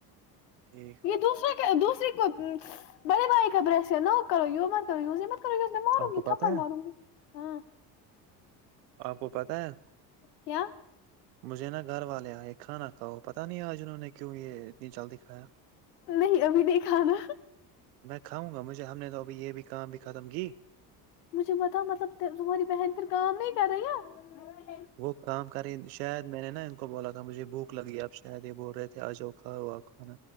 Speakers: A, on the right (about 75°); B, on the left (about 80°).
A: ھ <unintelligible>
B: دور دوسری کو بڑے بھائی کا برش ہے نہ کرو ی مت کرو ی مت کر اس نے ماروں
A: آپ
B: گی
A: کو
B: تھپن
A: پتہ ہے
B: لاؤوں گ ہاں
A: آپ کو پتہ ہے
B: کیا
A: مجھے نا گھر والے آئے کھانا کھاؤ پتا نہیں آج انہوں نے کیوں یہ اتنی جلدی کھایا
B: نہیں ابھی نہیں کھانا
A: میں کاؤں گا مجھے ہم نے تو ابھی یہ بھی کام بھی ختم کی
B: مجھے بتا مطلب تمہاری بہن پھر کام نہیں کر رہی ہے
A: وہ کام کریں شاید میں نے نا کو بولا تھا مجے بھک لگی آپ شاید یہ بول رہے تھے آجو کا ہوا کھا